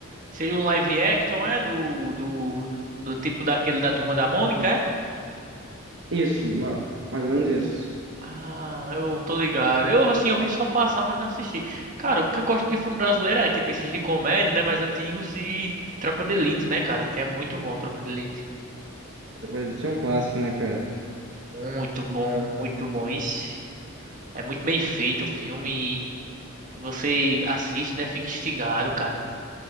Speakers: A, on the right; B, on the right.
A: seria um live action, é, do, do, do tipo daquele da Turma da Mônica, é?
B: Isso, ma- mais ou menos isso.
A: Ah, eu tô ligado. Eu, assim, eu vi só passar, mas não assisti. Cara, o que eu gosto de filme brasileiro é, tipo, esses de comédia, né, mais antigos e Tropa de Elite, né, cara, que é muito bom, Tropa de Elite.
B: Através é um clássico, né, cara?
A: Muito bom,
B: Hum.
A: muito bom. Ixi, é muito bem feito o filme e, e você assiste, né, fica instigado, cara.